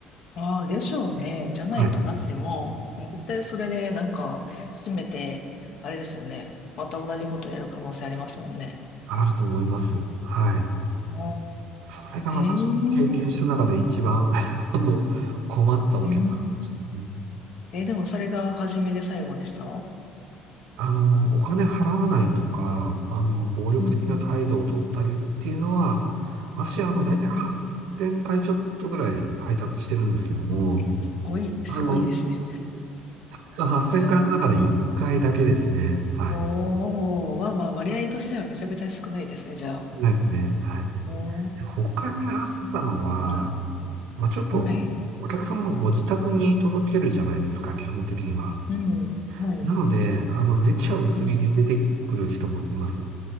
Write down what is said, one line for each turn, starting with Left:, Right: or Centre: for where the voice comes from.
Left: ああ、でしょうね。じゃないと、
Right: はい。
Left: だってもう、絶対それでなんか、閉めて、あれですよね。また同じことやる可能性ありますもんね。
Right: あると思います。はい。
Left: あ
Right: それが私が経験した中で一番
Left: あへえ、
Right: <laughs> あの、困ったお客さんでしたね。
Left: へえ。え、でもそれが初めで最後でした
Right: あの、お金払わないとか、あの、暴力的な態度を取ったりっていうのは、
Left: うんうん。
Right: 私、あの、
Left: うん。
Right: 大体8000回ちょっとぐらい配達してるんですけども、
Left: すごい、すごいですね。
Right: あの、その8000回の中で1回だけですね。
Left: <laughs>
Right: はい。
Left: おお、まあまあ、割合としてはめちゃくちゃ少ないですね、じゃあ。
Right: ないですね。はい。
Left: おー
Right: 他にあったのは、
Left: そうなんだ。
Right: まあ、ちょっと、
Left: はい。
Right: お客様のご自宅に届けるじゃないですか、基本的には。
Left: うん。はい。
Right: なので、あの、めちゃ薄利で出てくる人もいます。
Left: はい。